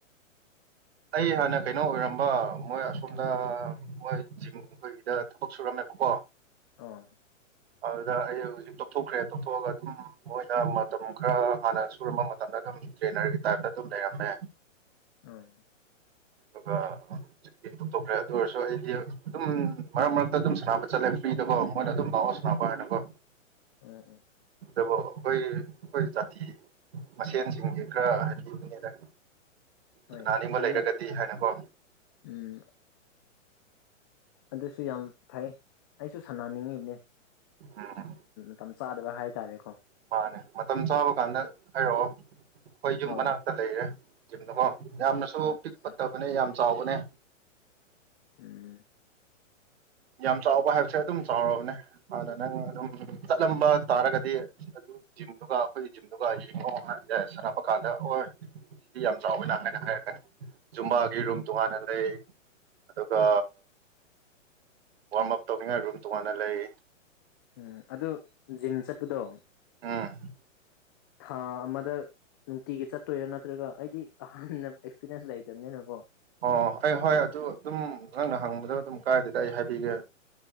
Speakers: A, on the right; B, on the left.
A: ꯑꯩ ꯍꯥꯟꯅ ꯀꯩꯅꯣ ꯑꯣꯏꯔꯝꯕ ꯃꯣꯏ ꯑꯁꯣꯝꯗ ꯃꯣꯏ ꯆꯤꯡ ꯑꯩꯈꯣꯏꯒꯤꯗ ꯊꯕꯛ ꯁꯨꯔꯝꯃꯦꯕꯀꯣ
B: ꯑ
A: ꯑꯗꯨꯗ ꯑꯩ ꯍꯧꯖꯤꯛ ꯇꯣꯛꯊꯣꯛꯈ꯭ꯔꯦ ꯇꯣꯛꯊꯣꯛꯑꯒ ꯑꯗꯨꯝ ꯃꯣꯏꯅ ꯃꯇꯝ ꯈꯔ ꯍꯥꯟꯅ ꯁꯨꯔꯝꯕ ꯃꯇꯝꯗ ꯑꯗꯨꯝ ꯇꯦꯅꯔꯒꯤ ꯇꯥꯏꯞꯇ ꯑꯗꯨꯝ ꯂꯩꯔꯝꯃꯦ
B: ꯑꯣ
A: ꯑꯗꯨꯒ ꯍꯧꯖꯤꯛꯇꯤ ꯇꯊꯣꯛꯈ꯭ꯔꯦ ꯑꯗꯨ ꯑꯣꯏꯔꯁꯨ ꯑꯩꯗꯤ ꯑꯗꯨꯝ ꯃꯔꯛ ꯃꯔꯛꯇ ꯑꯗꯨꯝ ꯁꯥꯟꯅꯕ ꯆꯠꯂꯦ ꯐ꯭ꯔꯤꯗꯀꯣ ꯃꯣꯏꯅ ꯑꯗꯨꯝ ꯂꯥꯛꯑꯣ ꯁꯥꯟꯅꯕ ꯍꯥꯏꯅꯀꯣ
B: ꯎꯝ ꯎꯝ
A: ꯑꯗꯨꯕꯨ ꯑꯩꯈꯣꯏ ꯑꯩꯈꯣꯏ ꯖꯥꯇꯤ ꯃꯁꯦꯟꯁꯤꯡꯁꯦ ꯈꯔ ꯍꯥꯏꯕꯤꯕꯅꯤꯗ
B: ꯍꯣꯏꯅꯦ
A: ꯁꯅꯥꯅꯤꯡꯕ
B: ꯐꯩꯅꯦ
A: ꯂꯩꯔꯒꯗꯤ ꯍꯥꯏꯅꯀꯣ
B: ꯎꯝ ꯑꯗꯨꯁꯨ ꯌꯥꯝ ꯐꯩ ꯑꯩꯁꯨ ꯁꯥꯟꯅꯅꯤꯡꯉꯤꯕꯅꯦ
A: ꯎꯝ
B: ꯊꯝ ꯆꯥꯗꯕ ꯍꯥꯏ ꯇꯔꯦ
A: ꯃꯥꯅꯦ ꯃꯇꯝ ꯆꯥꯕ ꯀꯥꯟꯗ ꯍꯥꯏꯔꯛꯑꯣ ꯑꯩꯈꯣꯏ ꯌꯨꯝ
B: ꯍꯣꯏ
A: ꯃꯅꯥꯛꯇ ꯂꯩꯔꯦ ꯍꯣ ꯌꯥꯝꯅꯁꯨ
B: ꯑꯠꯆꯥ
A: ꯄꯤꯛꯄꯠꯇꯕꯅꯦ ꯌꯥꯝ ꯆꯥꯎꯕꯅꯦ
B: ꯎꯝ
A: ꯌꯥꯝ ꯆꯥꯎꯕ ꯍꯥꯏꯕꯁꯦ ꯑꯗꯨꯝ ꯆꯥꯎꯔꯕꯅꯦ ꯍꯥꯟꯅ ꯅꯪ ꯑꯗꯨꯝ ꯆꯠꯂꯝꯕ ꯇꯥꯔꯒꯗꯤ ꯑꯗꯨ ꯖꯤꯝꯗꯨꯒ ꯑꯩꯈꯣꯏꯒꯤ ꯖꯤꯝꯗꯨꯒ ꯌꯦꯡꯉꯣ ꯍꯥꯏ ꯁꯥꯟꯅꯕ ꯀꯥꯟꯗ ꯍꯣꯏ ꯁꯤꯗꯤ ꯌꯥꯝ ꯆꯥꯎꯋꯤꯅ ꯍꯥꯏꯅ ꯍꯥꯏꯔꯛꯀꯅꯤ ꯖꯨꯝꯕꯥꯒꯤ
B: ꯎꯝ
A: ꯔꯨꯝ ꯇꯣꯉꯥꯟꯅ ꯂꯩ ꯑꯗꯨꯒ ꯋꯥꯔꯝ ꯑꯞ ꯇꯧꯗꯤꯡꯉꯥꯏꯔꯁꯨ ꯇꯉꯥꯟꯅ ꯂꯩꯔꯤ
B: ꯎꯝ ꯑꯗꯨ ꯖꯤꯝ ꯆꯠꯄꯗꯣ
A: ꯎꯝ
B: ꯊꯥ ꯑꯃꯗ ꯅꯨꯡꯇꯤꯒꯤ ꯆꯠꯇꯣꯏꯔꯥ ꯅꯠꯇ꯭ꯔꯒ ꯑꯩꯗꯤ ꯑꯍꯥꯟꯕ ꯑꯦꯛꯁꯄꯤꯔꯤꯟꯁ ꯂꯩꯇꯕꯅꯤꯅꯀꯣ
A: ꯑꯣ ꯑꯩ ꯍꯣꯏ ꯑꯗꯨ ꯑꯗꯨꯝ ꯅꯪꯅ ꯍꯪꯕꯗ ꯑꯗꯨꯝ ꯀꯥꯏꯗꯗꯤ ꯑꯩ ꯍꯥꯏꯕꯤꯒꯦ